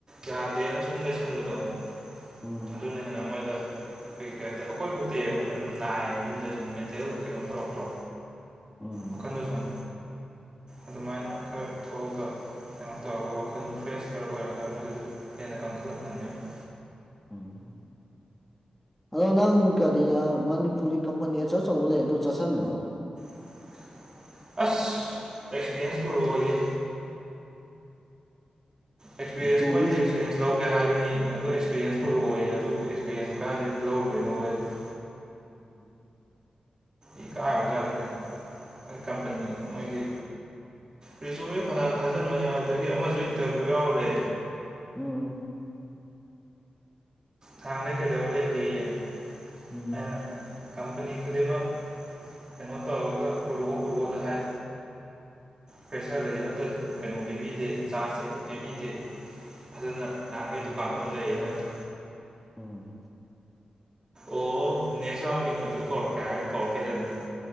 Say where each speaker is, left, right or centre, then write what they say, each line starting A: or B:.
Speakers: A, on the right; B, in the centre.
A: ꯌꯥꯗꯦꯅ ꯁꯨꯝ ꯂꯩꯁꯟꯕꯗꯣ
B: ꯎꯝ
A: ꯊꯟꯗꯨꯅ ꯍꯦꯟꯅ ꯃꯣꯏꯗ ꯑꯩꯈꯣꯏ ꯀꯩ ꯍꯥꯏꯇꯥꯦ ꯑꯩꯈꯣꯏꯐꯧꯇ ꯌꯦꯡꯉꯨꯅꯦ ꯑꯗꯨꯝ ꯅꯥꯏꯌꯦꯅꯤ ꯌꯨꯝꯗꯩ ꯁꯨꯝ ꯃꯦꯟꯇꯦꯜ ꯀꯩꯅꯣꯝ ꯇꯧꯔꯛꯇ꯭ꯔꯣ
B: ꯎꯝ
A: ꯋꯥꯈꯟꯗ ꯁꯨꯝ ꯑꯗꯨꯃꯥꯏꯅ ꯈꯔ ꯊꯣꯛꯑꯒ ꯀꯩꯅꯣ ꯇꯧꯔꯒ ꯋꯥꯈꯜꯗꯨ ꯐ꯭ꯔꯦꯁ ꯈꯔ ꯑꯣꯏꯔꯒ ꯃꯣꯏꯗꯨꯁꯨ ꯍꯦꯟꯅ ꯀꯟꯈꯠꯂꯛꯅꯕꯅꯦꯕ <unintelligible>
B: ꯎꯝ ꯑꯗꯣ ꯅꯪ ꯀꯔꯤ ꯃꯅꯤꯄꯨꯔꯤ ꯀꯝꯄꯅꯤ ꯑꯆꯧ ꯑꯆꯧꯕ ꯂꯩ ꯑꯗꯨ ꯆꯠꯁꯟ꯭ꯔꯣ
A: ꯎꯝ ꯑꯦꯛꯁꯄꯤꯔꯤꯌꯦꯟꯁ ꯄꯔꯕ ꯑꯣꯏꯦ ꯑꯦꯛꯁꯄꯤꯔꯦꯟꯁ
B: ꯒ꯭ꯂꯣꯕꯤꯁ
A: ꯃꯣꯏꯗꯤ ꯑꯦꯛꯁꯄꯤꯔꯦꯟꯁ ꯂꯧꯒꯦ ꯍꯥꯏꯕꯅꯤ ꯑꯗꯨ ꯑꯦꯛꯁꯄꯤꯔꯦꯟꯁ
B: ꯎꯝ
A: ꯄꯨꯔꯛꯑꯣꯏꯌꯦ ꯑꯗꯨ ꯆꯦꯟꯁꯨꯣ ꯀꯥꯏꯏꯗꯩ ꯂꯧ ꯎꯗꯣꯏꯅꯣꯕ ꯑꯩꯕꯨ
B: ꯎꯝ
A: ꯏ ꯀꯛꯑꯒꯖꯥꯠꯅꯤꯗ ꯑꯩ ꯀꯝꯄꯅꯤ ꯃꯣꯏꯒꯤ ꯔꯤꯖꯨꯋ ꯐꯅꯥꯟ ꯊꯥꯖꯟꯕꯅꯤ ꯌꯥꯎꯗꯒꯤ ꯑꯃꯁꯨ ꯏꯟꯇꯔꯚꯤꯌꯨ ꯌꯥꯎꯔꯦ
B: ꯎꯝ
A: ꯊꯥꯡꯉꯦ ꯀꯦꯗꯔꯦ ꯂꯩꯒꯦꯌꯦ
B: ꯎꯝ
A: ꯑꯩꯅ ꯀꯝꯄꯅꯤ ꯈꯨꯗꯤꯡꯃꯛ ꯀꯩꯅꯣ ꯇꯧꯔꯒ ꯄꯨꯔꯛꯑꯣ ꯄꯨꯔꯛꯑꯣꯗ ꯍꯥꯏ ꯐ꯭ꯔꯦꯁꯔꯗꯗꯤ ꯑꯝꯇ ꯀꯩꯅꯣ ꯄꯤꯕꯤꯗꯦ ꯆꯥꯖꯇꯤ ꯑꯝꯇ ꯄꯤꯕꯤꯗꯦ ꯑꯗꯨꯅ ꯉꯔꯍꯥꯡꯈꯩ ꯗꯨꯀꯥꯟ ꯐꯝ ꯂꯩꯌꯦꯅ ꯍꯥꯏꯕ
B: ꯑꯣꯝ
A: ꯑꯣ ꯅꯦꯛꯁ ꯔꯥꯎ ꯏꯟꯇꯔꯚꯨ ꯀꯣꯔꯔ ꯀ ꯍꯥꯏꯒ ꯀꯧꯔꯀꯦꯗꯅꯣ